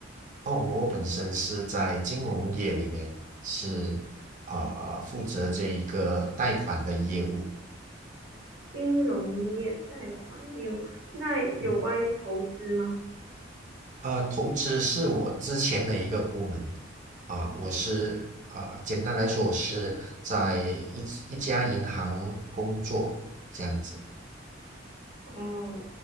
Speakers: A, on the right; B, on the right.
A: 哦，我本身是在金融业里面，是啊、负责这一个贷款的业务。
B: 金融业、贷款业务。那有关于投资吗？
A: 嗯呃，投资是我之前的一个部门啊，我是啊，简单来说，我是在一一家银行工作这样子。
B: 哦，